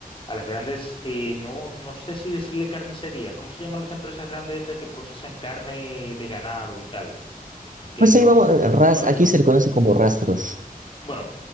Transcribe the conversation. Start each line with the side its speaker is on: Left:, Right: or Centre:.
Left: a las grandes, eh, no, no sé si decirle carnicerías. ¿Cómo se llaman las empresas grandes estas que procesan carne de ganado y tal? Que
Right: Pues
Left: no,
Right: ahí vamos, eh,
Left: no,
Right: ras,
Left: no me ven
Right: aquí
Left: el nombre.
Right: se le conoce como rastros.
Left: Bueno,